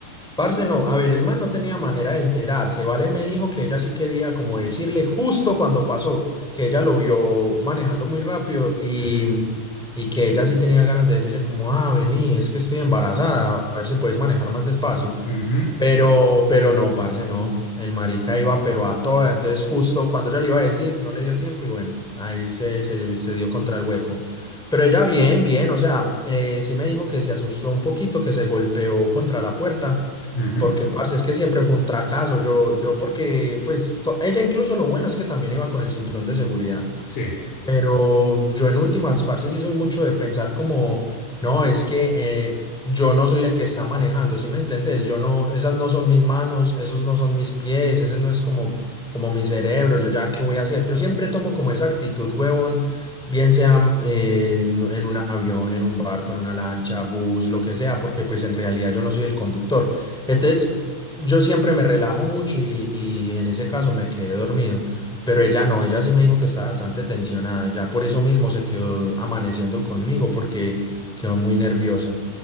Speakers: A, in the centre; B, on the left.
A: parce, no, a ver, el man no tenía manera de enterarse. Valen me dijo que ella sí quería como decirle justo cuando pasó, que ella lo vio manejando muy rápido y,
B: Ujú,
A: y que ella sí tenía ganas de decirle como, ah, vení, es que estoy embarazada, a ver si puedes manejar más despacio.
B: ujú,
A: Pero, pero no, parce, no. El marica iba, pero a toda. Entonces, justo cuando ella le iba a decir, no le dio tiempo y bueno, ahí se, se, se dio contra el hueco. Pero ella bien, bien, o sea, eh, sí me dijo que se asustó un poquito, que se golpeó contra la puerta,
B: ujú,
A: porque, Ujú. parce, es que siempre fue un fracaso. Yo, yo porque, pues, to- ella incluso lo bueno es que también iba con el cinturón de seguridad.
B: Sí.
A: Pero yo en últimas, parce, sí soy mucho de pensar como, no, es que eh, yo no soy el que está manejando, ¿sí me entendés? Yo no, esas no son mis manos, esos no son mis pies, ese no es como, como mi cerebro, yo ya qué voy a hacer. Yo siempre tomo como esa actitud, huevón, bien sea eh, en en un avión, en un barco, en una lancha, bus, lo que sea, porque pues en realidad yo no soy el conductor. Entonces, yo siempre me relajo mucho y, y en ese caso me quedé dormido. Pero ella no, ella sí me dijo que estaba bastante tensionada. Ya por eso mismo se quedó amaneciendo conmigo porque quedó muy nerviosa.